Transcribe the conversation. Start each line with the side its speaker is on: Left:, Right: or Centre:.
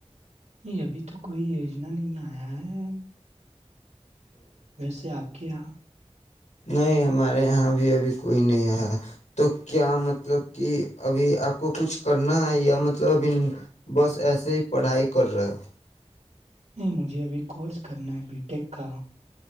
Right: نہیں ابھی تو کوئی یوجنا نہیں آیا ہے ویسے آپ کو کیا
Left: نہیں ہمارے یہاں بھی ابھی کوئی نہیں ہے تو کیا مطلب کہ ابھی آپ کو کچھ کرنا ہے یا مطلب ابھی بس ایسے ہی پڑھائی کر رہے ہو
Right: نہیں مجھے ابھی کورس کرنا ہے بی ٹیک کا